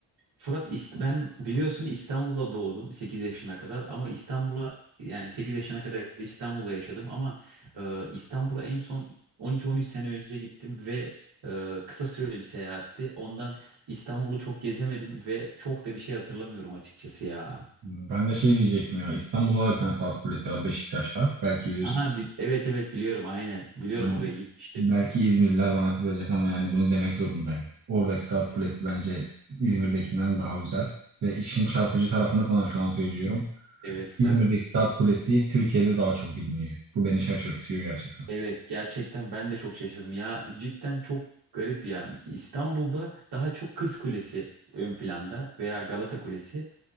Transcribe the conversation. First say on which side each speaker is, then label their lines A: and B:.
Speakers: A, on the right (about 70°); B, on the right (about 45°).
A: Fırat ist- ben biliyorsun İstanbul'da doğdum 8 yaşına kadar ama İstanbul'a yani 8 yaşına kadar İstanbul'da yaşadım ama e, İstanbul'a en son 12-13 sene önce gittim ve e, kısa süreli bir seyahatti. Ondan İstanbul'u çok gezemedim ve çok da bir şey hatırlamıyorum açıkçası ya.
B: Ben de şey diyecektim ya. İstanbul'da da bir tane saat kulesi var Beşiktaş'ta. Belki bilirsin.
A: Aa, bil- evet evet biliyorum aynen. Biliyorum
B: Yani
A: oraya gitmiştim.
B: belki İzmirliler bana kızacak ama yani bunu demek zorundayım. Oradaki saat
A: Evet,
B: kulesi bence İzmir'dekinden daha güzel. Ve işin çarpıcı tarafını sana şu an söylüyorum.
A: evet Fırat.
B: İzmir'deki saat kulesi Türkiye'de daha çok biliniyor. Bu beni şaşırtıyor gerçekten.
A: Evet gerçekten ben de çok şaşırdım. Ya cidden çok garip ya. İstanbul'da daha çok Kız Kulesi ön planda veya Galata Kulesi.